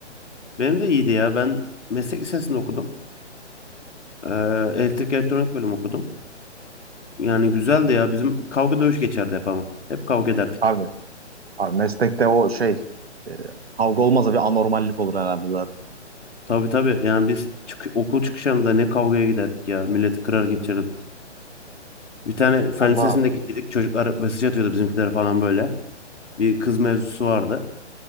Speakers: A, on the left (about 75°); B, on the right (about 55°).
A: Benim de iyiydi ya. Ben meslek lisesinde okudum. E, elektrik elektronik bölüm okudum. Yani güzeldi ya. Bizim kavga dövüş geçerdi hep ama. Hep kavga ederdik.
B: Abi, abi meslekte o şey e, kavga olmasa bir anormallik olur herhalde zaten.
A: Tabii tabii. Yani biz çık- okul çıkışında ne kavgaya giderdik ya. Milleti kırar geçirdik. Bir tane fen
B: Allah.
A: lisesinde gittik Çocuklar mesaj atıyordu bizimkilere falan böyle. Bir kız mevzusu vardı.